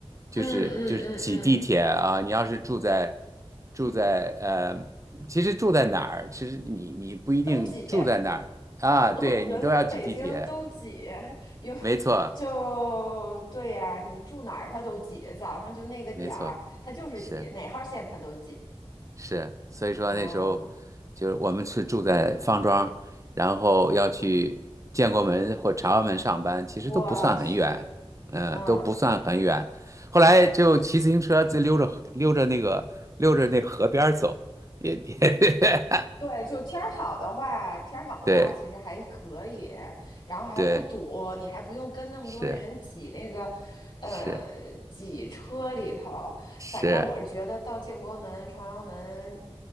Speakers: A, on the right (about 30°); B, on the left (about 45°).
A: 就是就是挤地铁啊。
B: 嗯嗯嗯嗯，
A: 你要是住在住在呃，其实住在哪儿，其实你你不一定住在哪儿啊，
B: 都姐。我觉得北京都挤，
A: 对你都要挤地铁，
B: 有
A: 没错
B: 就对呀、你住哪儿它都挤，早上就那个点儿，
A: 没错，
B: 它就是挤，
A: 是。
B: 哪号线它都挤。
A: 是，所以说那时候就是我们是住在方庄，
B: 嗯，
A: 然后要去建国门或朝阳门上班，其实都不算很远，
B: 我去，
A: 嗯，
B: 嗯，
A: 都不算很远。后来就骑自行车就溜着溜着那个溜着那河边儿走，也也 <laughs>
B: 对，就天儿好的话，天儿好的话，
A: 对
B: 其实还可以，然后还不堵，
A: 对
B: 你还不用跟那么多人挤那个，
A: 是
B: 呃，
A: 是
B: 挤车里头。反正我是觉得到建国门、
A: 是
B: 朝阳门，